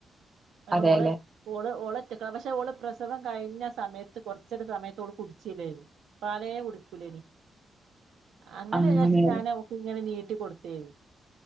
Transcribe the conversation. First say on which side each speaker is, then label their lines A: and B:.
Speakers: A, on the right; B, on the right.
A: അഓള
B: അതെല്ലേ
A: ഓള ഓളറ്റക്ക പക്ഷെ ഓള പ്രസ സവം കഴിഞ്ഞ സമയത്ത് കുറച്ചടി സമയത്തോള്ള കുടിച്ചല്ലേ പാലയെ കുടിക്കൂല ഇനി അങ്ങനെ
B: ആ അങ്ങനെയല്ലേ
A: വിചാരിച്ച ഞാനൻ ഒക്കെ ഇങ്ങനെ നീട്ട കട്ടി കൊടുത്തരി